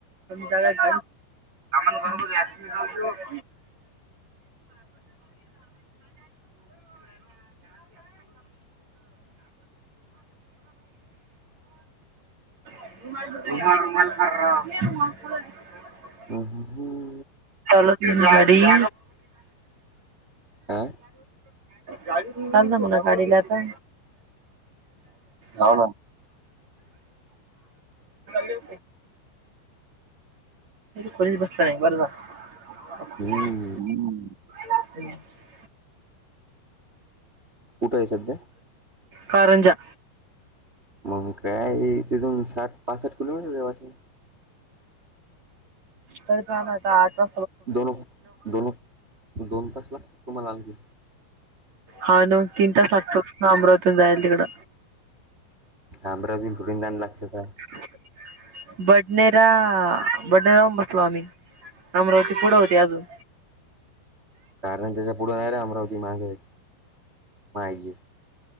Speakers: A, on the right; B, on the right.
A: जाच सामान घर क असन चालत मलर
B: ह ह ह
A: ल झाडीु
B: काय
A: चाल ना म्हणा गाडीला आता ना ल खरीच बसला नाही बरं जा हम्म
B: हम्म कुठं आहे सध्या
A: कारंजा
B: मग काय तिथून साठ पाच साठ कुल मिट पासून
A: कर कामता आत्वा
B: दोन दोन दोन तास लागतात तुम्हाला आणलखी
A: हा न तीन तास लागतो अमरावतून जायल तिकडं
B: अमरावती थोडींदान लागते का
A: <unintelligible> बडनेरा बड <unintelligible> अमरावती पुढं होती अजून.
B: कारंजाच्या पुढे नाही रे अमरावती मागे हे माहि